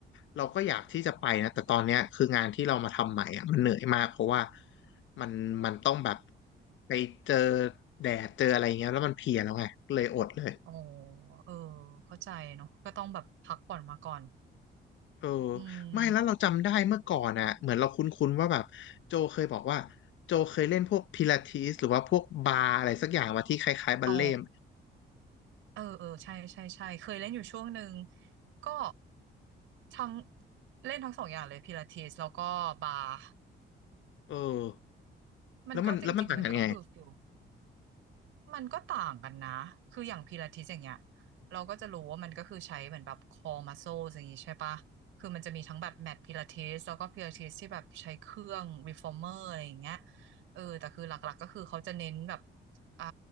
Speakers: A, on the left; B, on the right.
A: เราก็อยากที่จะไปนะแต่ตอนเนี้ยคืองานที่เรามาทำใหม่อ่ะมันเหนื่อยมากเพราะว่ามันมันต้องแบบไปเจอแดดเจออะไรเงี้ยแล้วมันเพลียแล้วไงเลยอดเลย
B: อ๋อเออเข้าใจเนาะก็ต้องแบบพักผ่อนมาก่อน
A: เออ
B: อืม
A: ไม่แล้วเราจำได้เมื่อก่อนอ่ะเหมือนเราคุ้นๆว่าแบบโจเคยบอกว่าโจเคยเล่นพวกพิลาทิสหรือว่าพวกบาร์อะไรสักอย่างมาที่คล้ายๆบัลเล่ม
B: อ๋อเออเออ ใช่ใช่ใช่เคยเล่นอยู่ช่วงหนึ่ง ก็ทั้งเล่นทั้งสองอย่างเลยพิลาทิสแล้วก็บาร์
A: เออ
B: มันก็จริงๆมันก็คือฟิล
A: แล้วมันแล้วมันต่างกันไง
B: มันก็ต่างกันนะ คืออย่างพิลาทิสอย่างเงี้ยเราก็จะรู้ว่ามันก็คือใช้เหมือนแบบ core muscles อย่างงี้ใช่ปะคือมันจะมีทั้งแบบแมทพิลาทิสแล้วก็พิลาทิสที่แบบใช้เครื่อง reformer อะไรอย่างเงี้ยเออแต่คือหลักๆก็คือเขาจะเน้นแบบอ่า